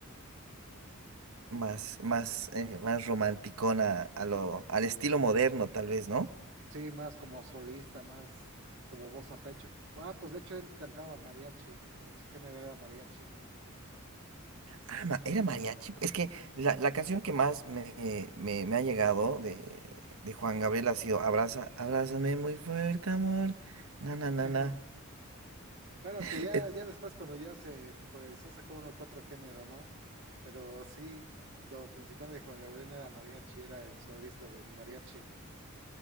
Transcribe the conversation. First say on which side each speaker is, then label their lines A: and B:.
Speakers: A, on the right; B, on the right.
A: más, más, eh, más romanticona a lo, al estilo moderno, tal vez, ¿no?
B: sí, más como solista, más como voz a pecho. Ah, pues de hecho él cantaba mariachi, eh, su género era mariachi.
A: Ah, ma- era mariachi. Es que la, la canción que más me, me, me ha llegado de, de Juan Gabriel ha sido Abraza, abrázame muy fuerte, amor. Na, na, na,
B: <laughs>
A: na.
B: Bueno,
A: <laughs>
B: que ya,
A: Es,
B: ya después cuando ya se popularizó sacó uno que otro género, ¿no? Pero sí, lo principal de Juan Gabriel era mariachi, era el solista del mariachi.